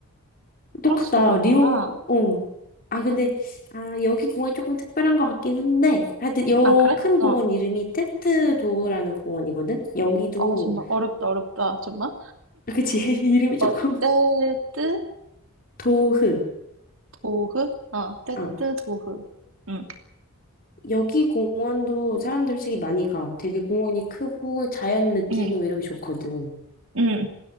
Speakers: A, on the left (about 40°); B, on the right (about 65°).
A: 똑같다.
B: 프랑스도 그렇구나.
A: 리옹, 어. 아, 근데, 아, 여기 공원이 조금 특별한 것 같긴 한데, 하여튼, 요
B: 아, 그래?
A: 큰 공원
B: 어.
A: 이름이 테트 도흐라는 공원이거든? 여기도,
B: 어, 정말 어렵다, 어렵다, 정말.
A: 아, 그치, <laughs> 이름이 조금,
B: 어, 떼뜨
A: 도흐.
B: 도흐? 어, 떼뜨
A: 어.
B: 도흐. 응,
A: 여기 공원도 사람들 솔직히 많이 가. 되게 공원이 크고, 자연 느끼고,
B: 응,
A: 이렇게 좋거든.
B: 응,